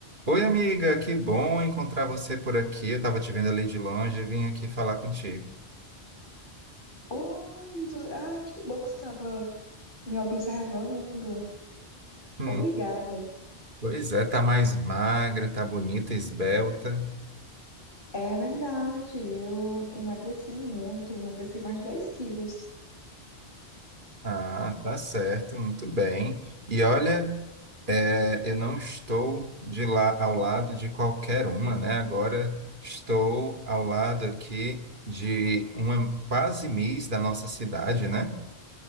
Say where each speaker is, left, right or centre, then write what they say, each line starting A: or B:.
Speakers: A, on the right (about 50°); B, on the left (about 50°).
A: Oi, amiga, que bom encontrar você por aqui. Eu estava te vendo ali de longe e vim aqui falar contigo.
B: Oi, tu- ah, que bom que você estava me observando.
A: Hum,
B: Obrigada.
A: pois é, tá mais magra, tá bonita, esbelta.
B: É verdade, eu emagreci muito, emagreci mais de 10 quilos.
A: Ah, tá certo, muito bem. E olha, é, eu não estou de lá ao lado de qualquer uma, né? Agora estou ao lado aqui de uma quase miss da nossa cidade, né?